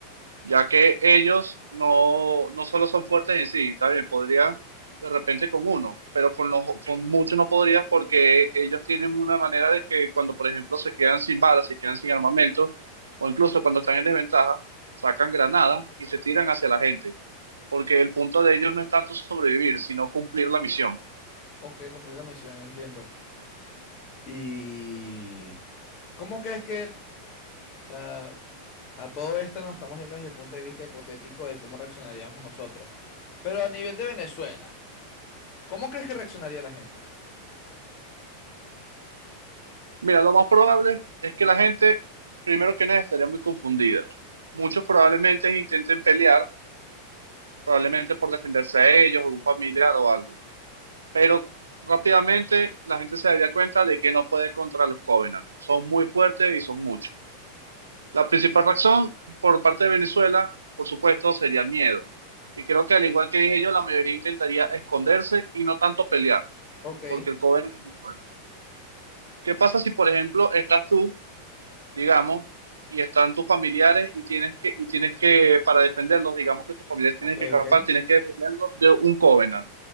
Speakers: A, on the right; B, on the left.
A: ya que ellos no, no solo son fuertes en sí, está bien, podría de repente con uno, pero con, los, con muchos no podrías porque ellos tienen una manera de que cuando, por ejemplo, se quedan sin balas, se quedan sin armamento, o incluso cuando están en desventaja, sacan granadas y se tiran hacia la gente porque el punto de ellos no es tanto sobrevivir, sino cumplir la misión.
B: Ok, cumplir la misión, entiendo. ¿Y cómo crees que, o sea, A todo esto nos estamos viendo desde el punto de vista hipotético de cómo reaccionaríamos nosotros. Pero a nivel de Venezuela, ¿cómo crees que reaccionaría la gente?
A: Mira, lo más probable es que la gente, primero que nada, estaría muy confundida. Muchos probablemente intenten pelear, probablemente por defenderse a ellos o un familiar o algo, pero rápidamente la gente se daría cuenta de que no puede contra los Covenant. Son muy fuertes y son muchos. La principal razón por parte de Venezuela, por supuesto, sería miedo. Y creo que al igual que dije yo, la mayoría intentaría esconderse y no tanto pelear,
B: Ok,
A: porque el Covenant es muy fuerte. ¿Qué pasa si, por ejemplo, estás tú, digamos, y están tus familiares y tienes que, y tienes que, para defenderlos, digamos que tus familiares tienen
B: ok,
A: que escapar,
B: ok.
A: tienes que defenderlos de un Covenant?